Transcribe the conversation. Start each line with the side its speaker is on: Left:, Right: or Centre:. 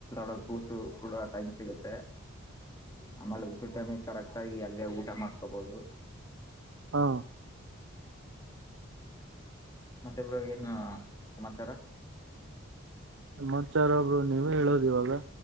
Left: ಡ ಕೂಸು ಕೂಡ ಟೈಮ್ ಸಿಗುತ್ತೆ ಆಮೇಲೆ ಊಟ ಟೈಮಿ ಕರೆಕ್ಟ್ ಆಗಿ ಅಲ್ಲೇ ಊಟ ಮಾಡ್ಕೋಬಹುದು
Right: ಹಾ
Left: ಮತ್ತೆ ಇಬ್ರು ಏನ್ ಸಮಾಚಾರ
Right: ನಮ್ಮಚಾರ ಒಬ್ರು ನೀವೇ ಹೇಳೋದು ಇವಾಗ